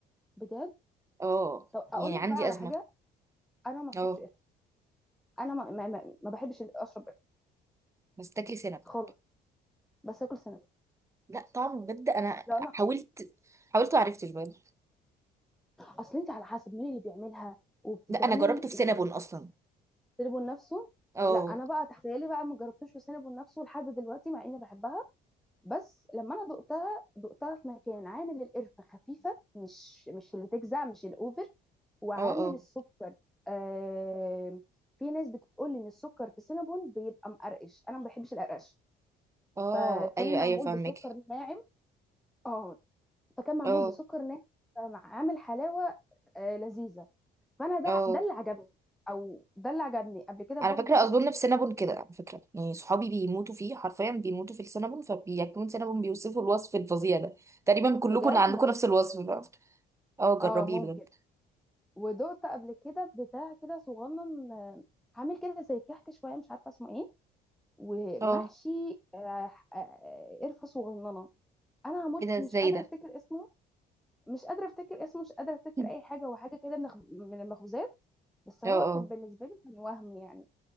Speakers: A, in the centre; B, on the right.
A: بجد
B: اه
A: طب اقول
B: يعني
A: لك
B: عندي
A: بقى على
B: ازمه
A: حاجه انا ما اشربش
B: اه
A: قرفه انا ما, ما, ما, ما بحبش اشرب قرفه
B: بس تاكلي سينابون
A: خالص بس اكل سنه
B: لا طعمه بجد انا
A: اصل انا
B: حاولت حاولت وعرفتش بجد
A: اصل انت على حسب مين اللي بيعملها وبتتعمل
B: لا انا جربته في
A: يعني
B: سينابون اصلا
A: سينابون نفسه
B: اه
A: لا انا بقى تخيلي بقى ما جربتوش في سينابون نفسه لحد دلوقتي مع اني بحبها بس لما انا دقتها دقتها في مكان عامل القرفه خفيفه مش مش اللي تجزع مش الاوفر وعامل
B: اه اه
A: السكر آه في ناس بتقول ان السكر في سينابون بيبقى مقرقش انا ما بحبش القرقش
B: اه
A: فكان
B: ايوه
A: المعمول
B: ايوه فاهمك
A: بسكر ناعم اه فكان معمول
B: اه
A: بسكر ناعم فعامل حلاوه آه لذيذه فانا ده
B: اه
A: ده اللي عجبني او ده اللي عجبني قبل كده
B: على
A: برضو
B: فكره
A: دقت
B: اظن في سينابون كده على فكره يعني صحابي بيموتوا فيه حرفيا بيموتوا في السينابون فبياكلون سينابون بيوصفوا الوصف الفظيع ده تقريبا كلكم
A: بجد
B: عندكم
A: ممكن
B: نفس الوصف ده اه جربيه
A: اه ممكن
B: بجد
A: ودقت قبل كده بتاع كده صغنن آه، عامل كده زي الكحك شويه مش عارفه اسمه ايه ومحشي
B: اه
A: آه، آه، قرفه صغننه انا هموت
B: ايه ده ازاي
A: مش قادره
B: ده
A: افتكر اسمه مش قادره افتكر اسمه مش قادره افتكر
B: <laughs>
A: اي حاجه هو حاجه كده من الخ- من المخبوزات بس هو
B: اه اه
A: كان بالنسبه لي كان وهم يعني